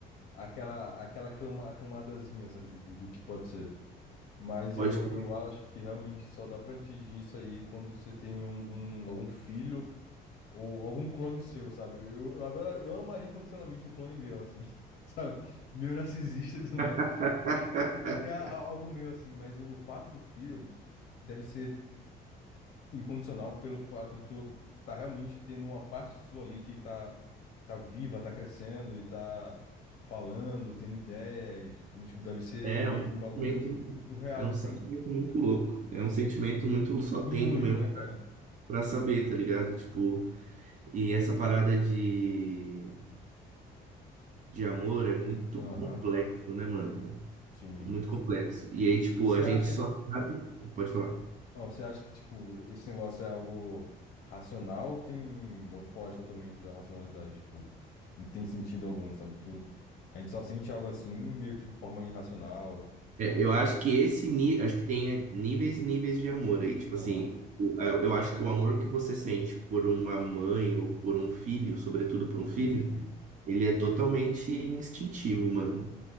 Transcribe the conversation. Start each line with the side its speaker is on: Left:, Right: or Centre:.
Left: aquela aquela cama, a camadazinha, sabe, do, do que pode ser. Mas
Right: pode
Left: eu,
Right: crer.
Left: eu acho que realmente só dá pra atingir isso aí quando você tem algum, algum filho ou algum clone seu, sabe? Eu, eu adoro, eu amaria incondicionalmente um clone meu, assim, <laughs> sabe? Meio narcisista e tudo
Right: <laughs>
Left: mais. Que seria a- algo meu, assim, mas o fato do filho deve ser incondicional pelo fato de tu tá realmente tendo uma parte sua ali que tá, tá viva, tá crescendo e tá falando, tendo ideias. Então, tipo, deve ser
Right: É um
Left: um
Right: sentimento,
Left: bagulho surreal,
Right: é um
Left: sabe?
Right: sentimento muito louco. É um sentimento muito só
Left: E
Right: tendo
Left: único,
Right: mesmo
Left: né, cara?
Right: pra saber, tá ligado? Tipo, e essa parada de, de amor é
Left: já
Right: muito
Left: é Aham,
Right: complexo, né, mano?
Left: sim.
Right: É muito complexo. E aí, tipo,
Left: Você
Right: a gente
Left: acha
Right: só
Left: que,
Right: sabe. Pode falar.
Left: ó, você acha que, tipo, esse negócio é algo racional ou tem, ou foge totalmente da racionalidade? Tipo, não tem sentido algum, sabe? Tu, a gente só sente algo assim, meio que de forma irracional.
Right: É, eu acho que esse nível, acho que tem níveis e níveis de amor aí. Tipo
Left: Aham,
Right: assim, o- a- eu acho que o amor que você sente por uma mãe ou por um filho, sobretudo por um
Left: sim,
Right: filho,
Left: sim.
Right: ele é totalmente instintivo, mano.